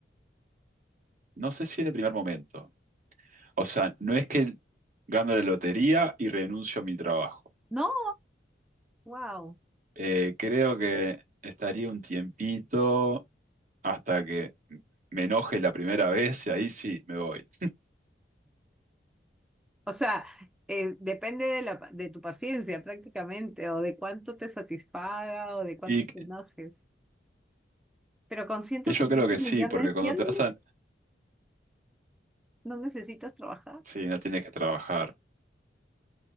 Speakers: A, on the right (about 50°); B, in the centre.
A: No sé si en el primer momento. O sea, no es que gano la lotería y renuncio a mi trabajo.
B: No, wow.
A: Eh, creo que estaría un tiempito hasta que me enoje la primera vez y ahí sí me voy.
B: O sea, eh, depende de la, pa- de tu paciencia prácticamente, o de cuánto te satisfaga, o de cuánto
A: Y,
B: te enojes. Pero con ciento
A: y yo
B: cincuenta
A: creo que sí,
B: millones
A: porque cuando
B: ya no,
A: te vas
B: ne-
A: a...
B: no necesitas trabajar.
A: Sí, no tienes que trabajar.